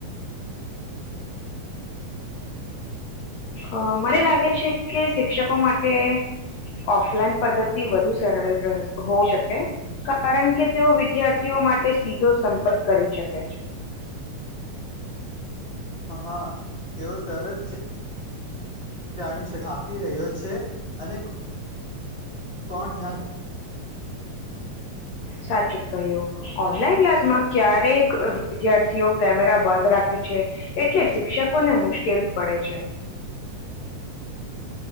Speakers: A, on the left; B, on the right.
A: અ મને લાગે છે કે શિક્ષકો માટે ઓફલાઈન પદ્ધતિ વધુ સરળ હો શકે કારણ કે તેઓ વિદ્યાર્થીઓ માટે સીધો સંપર્ક કરી શકે છે
B: હ હા તેઓ તરત છે જાણી શ આપી રહ્યો છે અને. તોણ ધ્યાન.
A: સાચું કહ્યું ઓનલાઈન ક્લાસમાં ક્યારેક વિદ્યાર્થીઓ કેમેરા બંધ રાખે છે એટલે શિક્ષકોને મુશ્કેલ પડે છે.